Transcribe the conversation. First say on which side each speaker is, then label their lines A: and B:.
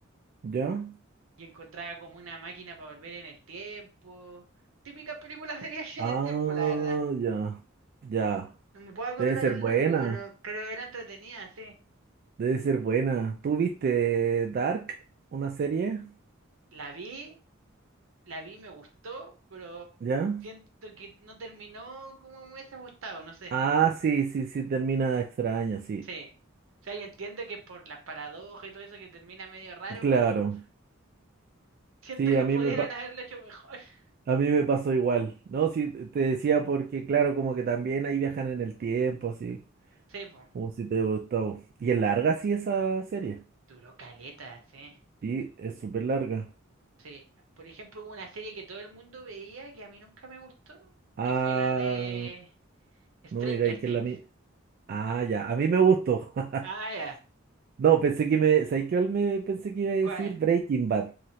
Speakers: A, on the right; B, on the right.
A: ya.
B: y encontraba como una máquina para volver en el tiempo. Típicas películas de <laughs> viaje
A: Ah,
B: en el tiempo, la verdad.
A: ya, ya.
B: No me puedo acordar
A: Debe ser
B: el
A: buena,
B: nombre, pero, pero era entretenida, sí.
A: debe ser buena. ¿Tú viste Dark, una serie?
B: La vi la vi, me gustó, pero
A: ¿Ya?
B: siento que no terminó como me hubiese gustado, no sé.
A: Ah, sí, sí, sí, termina extraña, sí.
B: Sí. O sea, yo entiendo que por las paradojas y todo eso que termina medio raro,
A: Claro,
B: pero siento
A: sí,
B: que
A: a
B: pudieran
A: mí me, pa-
B: haberlo hecho mejor. <laughs>
A: a mí me pasó igual. No, sí, te te decía porque, claro, como que también ahí viajan en el tiempo, así,
B: Sí, po.
A: como si te gustó. Y es larga, sí, esa serie.
B: Duró caleta, sí.
A: Sí, es súper larga.
B: Sí. Por ejemplo, hubo una serie que todo el mundo veía que a mí nunca me gustó,
A: Ah,
B: que fue la de Stranger
A: no me digáis
B: Things.
A: que es la mía. Ah, ya, a mí me gustó. <laughs>
B: Ah, ya.
A: No, pensé que me, ¿sabes qué? Me pensé que iba a decir
B: ¿Cuál?
A: Breaking Bad.